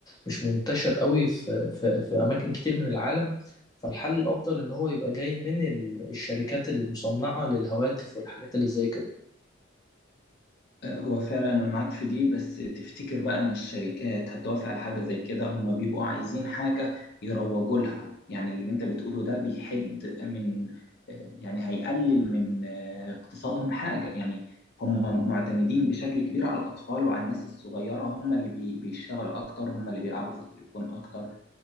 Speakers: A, on the left; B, on the left.
A: مش منتشر قوي في في في اماكن كتير من العالم فالحل الافضل ان هو يبقى جاي من ال- الشركات المصنعة للهواتف والحاجات اللي زي كده
B: هو فعلا انا معاك في دي بس تفتكر بقى ان الشركات هتوافق على حاجه زي كده هم بيبقوا عايزين حاجه يروجوا لها يعني اللي انت بتقوله ده بيحد من يعني هيقلل من اقتصادهم حاجه يعني هم معتمدين بشكل كبير على الاطفال وعلى الناس الصغيره هم اللي بي- بيشتغلوا اكتر هم اللي بيلعبوا في التليفون اكتر